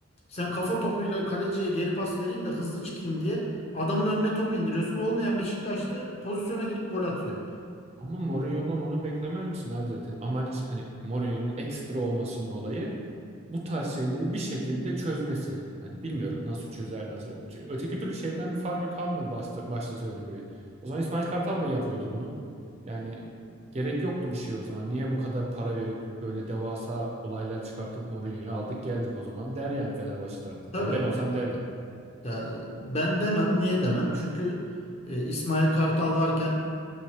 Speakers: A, on the left; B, on the right.
A: Sen kafa topuyla kaleciye geri pas vereyim de hızlı çıkayım diye adamın önüne topu indiriyorsun. Olmayan Beşiktaşlı pozisyona girip gol atıyor.
B: Ama Mourinho'dan onu beklemez misin abi zaten? Amaç hani Mourinho'nun ekstra olmasının olayı bu tarz şeyleri bir şekilde çözmesi. Hani bilmiyorum nasıl çözer nasıl. yok. Çünkü öteki türlü şeyden bir farkı kalmıyor başta, başta söylediğim gibi. O zaman İsmail Kartal da yapıyordu bunu. Yani gerek yoktu bir şey o zaman. Niye bu kadar para verip böyle devasa olaylar çıkartıp Mourinho'yu aldık geldik o zaman der yani Fenerbahçe taraftarı.
A: Tabii.
B: Ya ben olsam derdim.
A: Ya ben demem. Niye demem? Çünkü e, İsmail Kartal varken